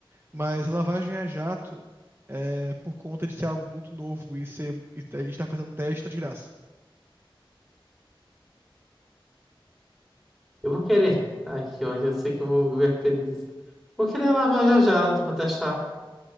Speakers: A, on the right (about 25°); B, in the centre.
A: Mas a lavagem a jato, é, por conta de ser algo muito novo e ser, e a gente tá fazendo teste, tá de graça.
B: Eu vou querer. Ai, que ódio, eu sei que eu vou me arrepender disso. Vou querer lavar já já, pra testar.